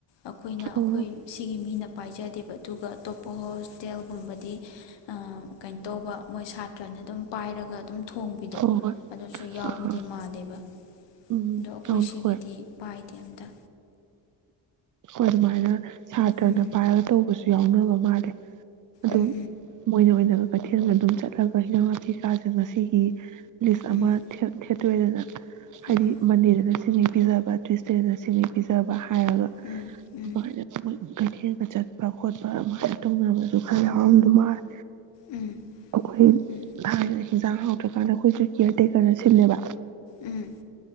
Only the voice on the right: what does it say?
ꯑꯣ
ꯍꯣꯏ ꯍꯣꯏ
ꯑꯥ
ꯎꯝ
ꯌꯥꯎ
ꯍꯣꯏ
ꯑꯗꯨꯃꯥꯏꯅ ꯁꯥꯇ꯭ꯔꯅ
ꯄꯥꯏꯔꯒ ꯇꯧꯕꯁꯨ ꯌꯥꯎꯅꯕ ꯃꯥꯜꯂꯦ꯫ ꯑꯗꯨꯝ
ꯃꯣꯏꯅ ꯑꯣꯏꯅ꯫ ꯀꯩꯊꯦꯜꯒ ꯑꯗꯨꯝ ꯆꯠꯂꯒ ꯍꯦꯟꯖꯥꯡ ꯅꯥꯄꯤ ꯀꯩꯀꯥꯁꯦ ꯉꯁꯤꯒꯤ꯫ ꯂꯤꯏ ꯑꯃ
ꯊꯦꯠ ꯇꯣꯏꯑꯦꯗꯅ꯫ ꯍꯥꯏꯗꯤ
ꯃꯟꯗꯦꯗꯅ ꯁꯤ ꯅꯤ꯫ ꯄꯤꯖꯕ ꯇ꯭ꯋꯤꯁꯗꯦꯅ ꯁꯤꯅꯤ ꯄꯤꯖꯕ ꯍꯥꯏꯔ꯫
<unintelligible> ꯀꯊꯦꯡꯒ ꯆꯠꯄ ꯈꯣꯠꯄ ꯑꯗꯨꯃꯥꯏꯅ ꯇꯧꯅꯕꯁꯨ ꯈꯔ ꯌꯥꯎꯔꯝꯗꯨ ꯃꯥꯂꯦ꯫
ꯑꯩꯈꯣꯏ
ꯊꯥꯏꯅ ꯏꯟꯖꯥꯡ ꯍꯥꯎꯗ꯭ꯔꯀꯥꯟꯗ ꯑꯩꯈꯣꯏꯁꯨ ꯀꯦꯌꯔ ꯇꯦꯀꯔꯅ ꯁꯤꯜꯂꯦꯕ꯫